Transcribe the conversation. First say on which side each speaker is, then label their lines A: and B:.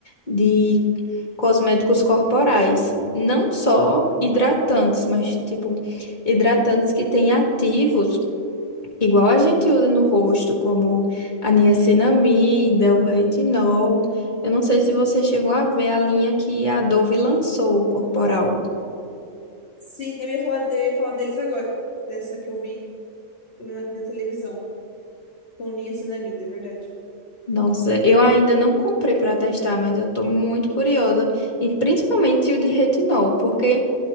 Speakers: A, on the left; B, on the left.
A: de cosméticos corporais, não só hidratantes, mas tipo hidratantes que têm ativos, igual a gente usa no rosto, como a niacinamida, o retinol. Eu não sei se você chegou a ver a linha que a Dove lançou, corporal.
B: Sim, eu ia falar, eu ia falar deles agora, dessa que eu vi na, na televisão, com niacinamida, é verdade.
A: Nossa, eu ainda não comprei para testar, mas eu tô muito curiosa, e principalmente o de retinol, porque